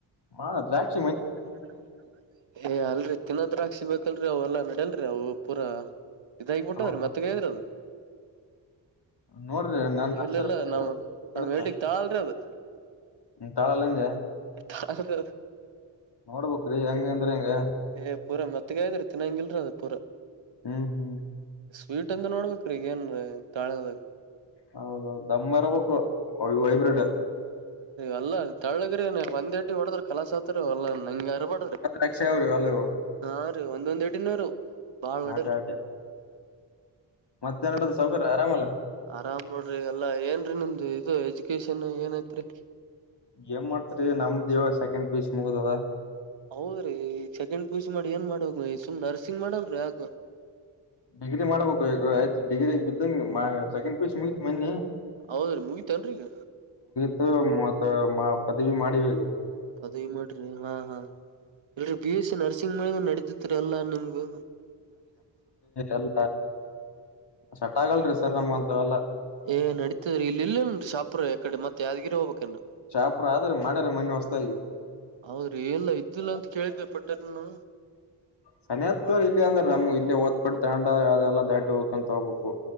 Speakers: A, on the left; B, on the right.
A: ಹ ರಾಕ್ಷ
B: <inaudible> ಏ ಅಲ್ರರಿ ತಿನ್ನೋದ್ರಾಕ್ಸಬೇಕಲ್ರರಿ ಅವವು ಎಲ್ಲಾನಡಲ್ರಿ ಅವು ಪೂರಾ ಇದಗಬ ಬಿಟ್ಟದ್ರೀ
A: ಹೌದು
B: ಮತ್ತೆೇದ್ರ ಅದು
A: ನೋಡ್ರಿ ನಾ ನಸ
B: ಇಲ್ಲಿಲ್ಲ ನಾವ್ ನಮ್
A: ನತ್ತ
B: ಏಟಿಗ್ ತಾಳ್ರಿ ಅದು
A: ಹ್ಮ ಕಳಲ್ಲ ಅದೇ
B: ಹ ಹೌದು
A: ನೋಡ್ಬುಕ್ ರಿ ಹೆಂಗ ಅಂದ್ರ ಹೆಂಗಗೆ
B: ಏ ಪೂರಾ ಮತ್ತಗ್ರ ತಿನ್ನಂಗಲ್ರ ಅದ ಪೂರಾ
A: ಹ್ಮ್ ಹ್ಮ್
B: ವೀಟ್ ಅಂದ ನೋಡ್ಬೇಕ್ರೀಗಏನ್ ತಾಳೆದ
A: ಹೌದೌ ದಮ್ಮರ್ ಬು ವೈಬ್ರಿಡ್
B: ಎಲ್ಲ ತಳ್ಳಗ್ರ ಒಂದ್ ಎಟ್ ಹೊಡದ್ರ ಕಲಸ ಹತ್ ಅಲ್ಲ ನಂಗ ಯಾರ ಬಡದ್ರಿ
A: ದ್ರಾಕ್ಷಿ ಅವ್ರಿ ಅಲ್ಲ ಇವು
B: ಹಾ ರೀ ಒಂದೊಂದ್ ಎಟಿನರು ಬಾಳ್ ನಟಲ್ರಿ
A: ಆಟ ಆಟ ಮತ್ತೇನ್ ನಡದದ
B: ಅ
A: ಸಾವ್ಕಾರ ಆರಾಮಲ್ಲ
B: ಆರಾಮ್ ನೋಡ್ರಿ ಎಲ್ಲಾ ಏನ್ರೀ ನಿಮ್ದ ದು ಇದು ಎಜುಕೇಶನ್ ಏನಐತ್ರಿ
A: ಏನ್ ಮಾಡ್ತ್ರಿ ನಮ್ದ್ ಇವಾಗ ಸೆಕೆಂಡ್ ಪೀಸ್ ಮುಗುದದ
B: ಹೌದ್ರಿ ಸೆಕೆಂಡ್ ಪೂಸಿ ಮಾಡಿ ಏನ್ ಮಾಡ ಸುಮ್ ನರ್ಸಿಂಗ್ ಮಾಡಲ್ೀ ಆಗ
A: ಡಿಗ್ರಿ ಮಾಡ್ಬೇಕು ಈಗ ಆಯ್ತತ್ ಡಿಗ್ರಿಗ್ ಬಿದ್ದಂಗಗೆ ಸೆಕೆಂಡ್ ಪಿಯುಸಿ ಮುಗತಿ ಮನ್ನಿ
B: ಹೌದರಿ ಮುಗಿತನರಿ ಈಗ
A: ಮ ಮತ್ತ ಪದವಿ ಮಾಡಿವಗ
B: ಪದವಿ ಮಾಡ್ರಿ ಹಾ ಹಾ ಇಲ್ರಿ ಬಿ ಎಸ್ ಸಿ ನರ್ಸಿಂಗ್ ಮ ನಡಿತತ್ರಿ ಎಲ್ಲಾ ನಿಮಗ
A: ಎಲ್ಲ ಸಟ್ ಆಗಲ್ರಿ ಸರ್ ನಮ್ಮಂತ್ರ ಎಲ್ಲಾ
B: ಏ ನಡೀತದ್ರೀ ಇಲ್ಲಿ ಇಲ್ಲೇನ್ ಶಾಪ್ರ ಯಕಡೆತ್ತತ್ ಯಾವಾದಗಿರಿ ಹೋಗಬಬೇಕ
A: ಶಾಪುರ ಆದ್ರಿ ಮಾಡ್ಯಾರ ಮೊನ್ನೆ ಹೊಸ್ದಾಗಿ
B: ಅವ್ರ ಎಲ್ಲ ಇತಿಲ್ಲ ಅಂತ ಕೇಳಿದೆ ಪಟ್ಟಾರನು
A: ಸನಹತ್ ಇಲ್ಲಿ ಅಂದ್ರೆ ನಮ್ಗೆ ಇಲ್ಲಿ ಒದ್ಪಟ್ಟ ತಂಡ ಅದೆಲ್ಲಾ ದಾಟಿ ಹೋಗ್ಂತ ಹೋಗ್ಬೇಕು